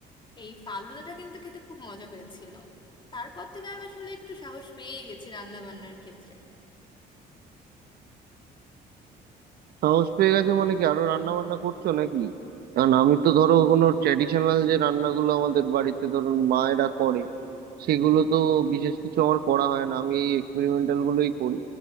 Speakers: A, on the left; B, on the right.
A: এই ফালুদাটা কিন্তু খেতে খুব মজা হয়েছিল তারপর থেকে আমি আসলে একটু সাহস পেয়ে গেছি রান্না বান্নার ক্ষেত্রে
B: সাহস পেয়ে গেছে মানে কি আরো রান্না বান্না করছো নাকি কারণ আমি তো ধরো কোনো ট্র্যাডিশনাল যে রান্নাগুলো আমাদের বাড়িতে ধরুন মায়েরা করে সেগুলো তো বিশেষ কিছু আমার করা হয় না আমি এই এক্সপেরিমেন্টাল গুলোই করি